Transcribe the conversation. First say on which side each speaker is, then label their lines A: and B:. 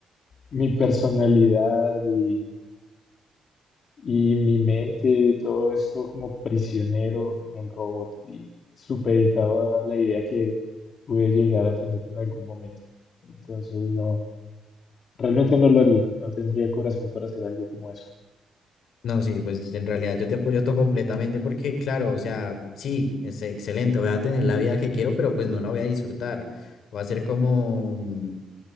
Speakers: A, on the left; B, on the left.
A: mi personalidad y y mi mente, todo esto como prisionero en un robot y supeditado a la idea que pude llegar a tener en algún momento. Entonces, no, realmente no lo haría, no tendría corazón para hacer algo como eso.
B: No, sí, pues en realidad yo te apoyo todo completamente porque, claro, o sea, sí, es excelente, voy a tener la vida que quiero, pero pues no la voy a disfrutar. Va a ser como, mm,